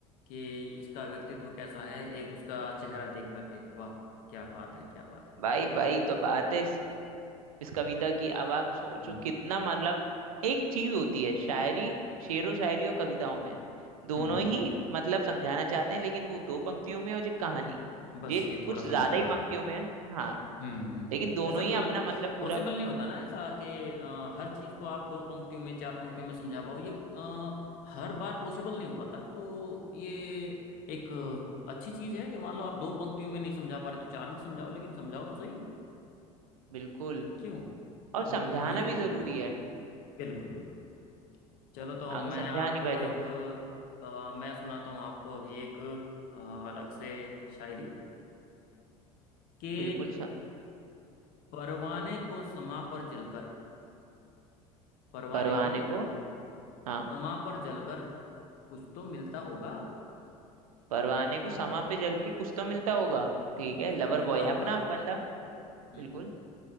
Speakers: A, on the left; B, on the right.
A: कि इसका व्यक्तित्व कैसा है एक उसका चेहरा देख करके वाह क्या बात है क्या बात है
B: भाई भाई तो बात है इस कविता की अब आप सोचो
A: हम्म
B: कितना मतलब एक चीज होती है शायरी शेरो शायरी और कविताओं में दोनों
A: हम्म
B: ही मतलब समझाना चाहते हैं लेकिन वो दो पंक्तियों में और ये कहानी
A: बस
B: ये
A: ये
B: कुछ
A: थोड़ा सा
B: ज्यादा
A: लंबा
B: ही पंक्तियों
A: हाँ
B: में है हाँ
A: हम्म हम्म
B: लेकिन दोनों
A: ऐसा
B: ही
A: मतलब
B: अपना मतलब पूरा
A: पॉसिबल नहीं होता ना ऐसा कि अ, हर चीज को आप दो पंक्तियों में चार पंक्तियों में समझा पाओ ये अ, हर बार पॉसिबल नहीं हो पाता तो ये एक अ, अच्छी चीज है कि मान लो आप दो पंक्तियों में नहीं समझा पा रहे तो चार में समझाओ लेकिन समझाओ तो सही
B: बिल्कुल
A: क्यों
B: और
A: तो
B: समझाना
A: ये
B: भी
A: बहुत
B: जरूरी
A: बढ़िया
B: है
A: है बिल्कुल बिल्कुल चलो तो हम
B: अगर समझा
A: मैं आपको
B: नहीं पाए
A: एक
B: तो
A: अ, मैं सुनाता हूँ आपको अभी एक अ, अलग से शायरी कि
B: बिल्कुल स-
A: परवाने को समा पर जलकर परवाने
B: परवाने
A: को
B: को हाँ
A: दमा पर जलकर कुछ तो मिलता होगा
B: परवाने को
A: हम्म
B: समा पे जल के कुछ तो मिलता होगा ठीक है
A: कुछ
B: लवर
A: तो मिलता
B: बॉय
A: होगा
B: है अपना बंदा
A: हम्म
B: बिल्कुल